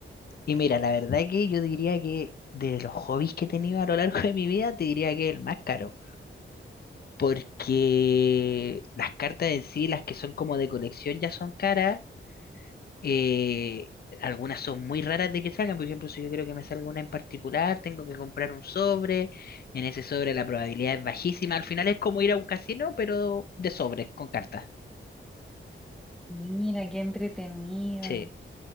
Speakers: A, on the left (about 50°); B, in the centre.
A: Y mira, la verdad que yo diría que de los hobbies que he tenido a lo largo de mi vida, te diría que es el más caro. Porque las cartas en sí, las que son como de colección, ya son caras. eh, algunas son muy raras de que salgan. Por ejemplo, si yo creo que me salga una en particular, tengo que comprar un sobre. En ese sobre la probabilidad es bajísima. Al final es como ir a un casino, pero de sobres, con cartas.
B: Mira, qué entretenido.
A: Sí.